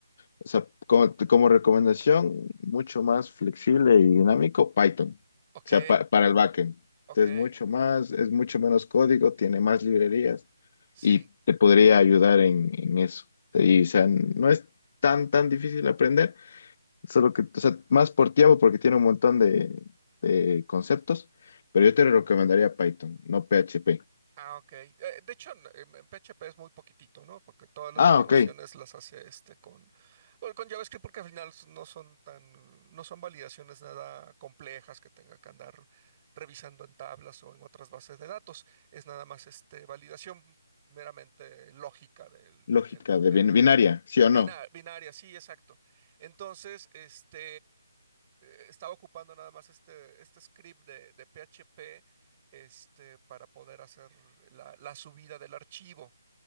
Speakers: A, on the left; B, on the right.
A: o sea, como, como recomendación, mucho más flexible y dinámico, Python,
B: Ok,
A: o sea, pa- para el backend.
B: ok.
A: Entonces, mucho más, es mucho menos código, tiene más librerías
B: Sí.
A: y te podría ayudar en, en eso. Y, o sea, no es tan, tan difícil aprender, solo que, o sea, más por tiempo porque tiene un montón de, de conceptos, pero yo te recomendaría Python, no PHP.
B: Ah, ok. Eh, de hecho, en, en- en PHP es muy poquitito, ¿no? Porque todas las
A: Ah,
B: validaciones
A: ok,
B: las hace este con, bueno, con JavaScript porque al final no son tan, no son validaciones nada complejas que tenga que andar revisando en tablas o en otras bases de datos. Es nada más este validación meramente lógica del,
A: lógica
B: del, del,
A: de bin- binaria,
B: del
A: sí o
B: bina-
A: no.
B: binaria, sí, exacto. Entonces, este, eh, estaba ocupando nada más este, este script de, de PHP este, para poder hacer la, la subida del archivo.